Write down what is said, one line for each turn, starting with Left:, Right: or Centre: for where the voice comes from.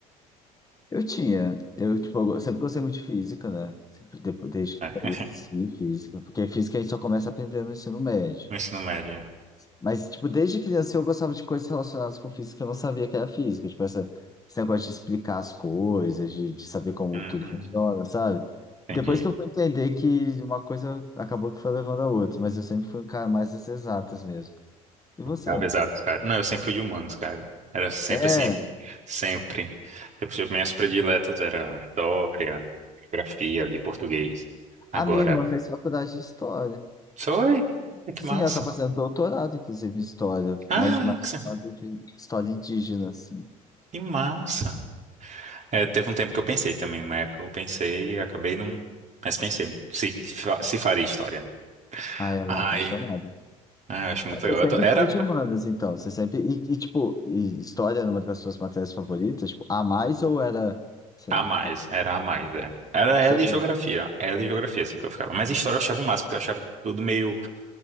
Left: Eu tinha. Eu, tipo, eu sempre gostei muito de física, né? Sempre, depois, desde que eu
Right: é,
Left: conheci física. Porque física a gente só começa aprendendo no ensino médio.
Right: no ensino médio. é.
Left: Mas, tipo, desde criança eu gostava de coisas relacionadas com física que eu não sabia que era física. Tipo, essa, esse negócio de explicar as coisas, de, de saber como
Right: Hum,
Left: tudo funciona, sabe?
Right: entendi.
Left: Depois que eu fui entender que uma coisa acabou que foi levando a outra, mas eu sempre fui um cara mais das exatas mesmo. E você?
Right: Ah, exato, cara. Não, eu sempre fui de humanos, cara. Era sempre
Left: É,
Right: assim, sempre. Tipo, tipo, minhas prediletas era história, geografia, ali, português. Agora,
Left: a minha irmã fez faculdade de história.
Right: oi, é que
Left: Sim,
Right: massa.
Left: ela tá fazendo doutorado, inclusive, em história,
Right: Ah,
Left: mas mais
Right: que sa-
Left: chamada de história indígena, assim.
Right: que massa. É, teve um tempo que eu pensei também, numa época eu pensei e acabei não... Mas pensei, se, fa- se faria história, né?
Left: Ah, ela
Right: Ai,
Left: é apaixonada.
Right: ai, eu acho
Left: Mas
Right: muito legal.
Left: Você sempre
Right: Eu ado- Era
Left: foi de humanas, então. Você sempre. E, e, tipo, e história era uma das suas matérias favoritas? Tipo, a mais ou era, sei
Right: a
Left: lá,
Right: mais,
Left: tá.
Right: era a mais, é. Era ela
Left: Sério?
Right: e geografia, ela e geografia, assim, que eu ficava. Mas história eu achava o máximo, porque eu achava tudo meio